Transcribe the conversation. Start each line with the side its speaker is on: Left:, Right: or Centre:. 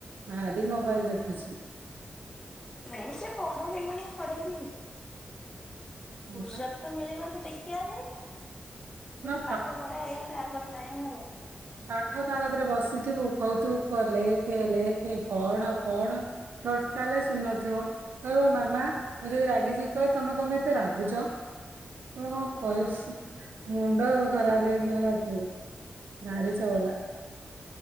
Right: ଭାରି ମୋବାଇଲ ଦେଖୁଛି।
Left: ହଁ ସେ ବଡ ହେଇଗଲା ଛଡେଇଦେବୀ ଯେ।
Right: ହଁ
Left: ଫୁରସତ
Right: ବା।
Left: ତ ମିଳିବନି ଦେଖି କିଆଁ ପାଇଁ। ସ୍କୁଲ
Right: ନା
Left: ପାଠ ପଢା ହେଇଗଲା ଆଉ କଣ ଟାଇମ ହବ।
Right: ପାଠତା କତିରେ ବସିଥିବୁ କୋହୁଥିବୁ। ପୁଅ ଲେଖେ ଲେଖେ ପଢ଼ ପଢ ଟୋଟାଲେ ଶୁଣୁ ନଥିବ କହିବ ମାମା ମୁଁ ଯଦି ରାଗିଯିବି କହିବ ତମେ କଣ ଏତେ ରାଗୁଚ। ଓହୋ
Left: ହଁ
Right: କଇ ମୁଣ୍ଡ ଖରାପ ହେଇଯିବ ତାକୁ। ଭାରି ଚଗଲା।